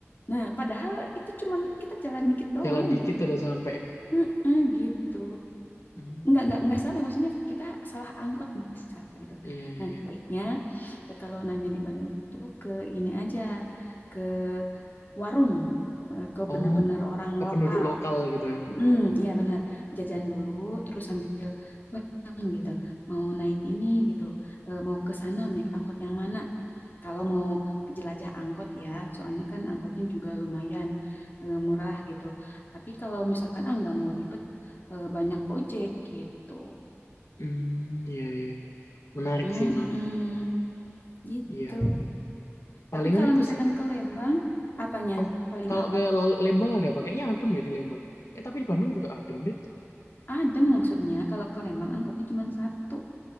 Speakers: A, on the left; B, on the left.
A: nah padahal itu cuman kita jalan dikit doang
B: Jalan dikit
A: gitu
B: udah sampai. ya.
A: Mm-mm, gitu
B: Hmm.
A: nggak nggak nggak sama maksudnya kita salah angkot misalkan gitu
B: Iya,
A: nah
B: iya.
A: baiknya eh, kalau nanya di Bandung tuh ke ini aja ke warung eh, ke bener-bener
B: Oh,
A: orang
B: ke
A: lokal
B: penduduk lokal gitu ya.
A: Hmm,
B: Hmm,
A: iya benar. Jajan dulu, terus sambil <clears throat> "Bang," gitu. Mau naik ini gitu, Eh, mau ke sana naik angkot yang mana? Kalau mau jelajah angkot ya, soalnya kan angkotnya juga lumayan eh, murah gitu. Tapi kalau misalkan ah nggak mau ribet, eh, banyak ojek gitu.
B: Hmm, iya, iya. Menarik
A: Mm-mm,
B: sih, menarik.
A: gitu.
B: Iya. Palingan
A: Tapi kalau
B: itu
A: misalkan
B: sih.
A: ke Lembang, apanya?
B: Oh,
A: Paling
B: kalau
A: apa?
B: ke Lembang ada apa? Kayaknya adem ya di Lembang. Eh, tapi di Bandung juga adem deh.
A: Adem maksudnya. Kalau ke Lembang angkotnya cuma satu.